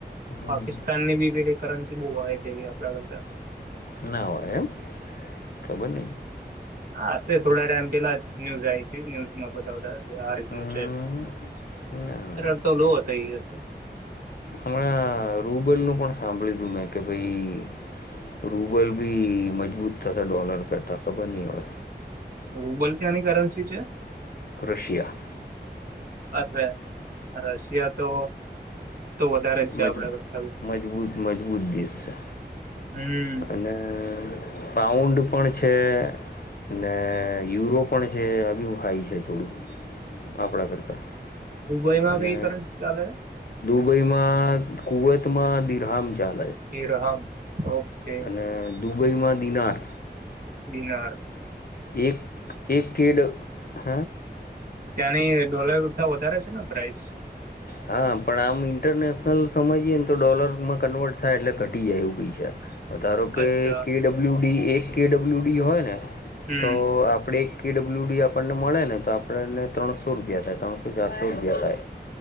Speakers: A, on the left; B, on the right.
A: હમ
B: પાકિસ્તાનની બી પેલી કરન્સ બઉ હાઈ થઈ ગઈ આપડા કરતા.
A: ના હોય એમ ખબર નઈ.
B: હા હશે થોડા ટાઈમ પેલા જ ન્યૂઝ આઈતી ન્યુઝમાં બતાવતાતા. આ રીતનું
A: હમ
B: છે.
A: ના
B: પરંતુ
A: ના
B: લો થઈ ગયા. <inaudible>
A: હમણાં રૂબલ નું પણ સાંભળયુ તું મેં કે ભઈ. રૂબલ બી મજબૂત થશે ડોલર કરતા ખબર નઈ હવે.
B: રૂબલ ક્યાંની કરન્સી છે,
A: રશિયા
B: અરે. રશિયા તો. તો વધારે જ છે
A: મજ
B: આપડા કરતા બી
A: મજબૂત- મજબૂત દેશ છે
B: હમ
A: અને પાઉન્ડ પણ છે ને યુરો પણ છે, આ બી હાઈ છે થોડું આપડા કરતા.
B: દુબઈમાં
A: અને
B: કઈ કરન્સી ચાલે
A: દુબઈમ કુવત માં દિરહામ ચાલ
B: ધીરહમ. ઓકે
A: અને દુબઈમાં દિનાર
B: બિનાર
A: એક એક કેડ હ
B: ત્યાંની ડોલરતા વધારે હશેને પ્રાઇસ
A: હા પણ આમ ઇન્ટરનેશનલ સમજીએ ન તો ડોલર માં કન્વર્ટ થાય એટલે ઘટી જાય એવું પૈસા ધારો કે
B: અચ્છા
A: કેડબલ્યુડી એ કે ડબલ્યુ ડી હોય ને
B: હમ
A: તો આપડે કે ડબલ્યુ ડી આપણને મળે ને તો આપણને ત્રણસો રૂપિયા થાય ત્રણસો ચારસો રૂપિયા થાય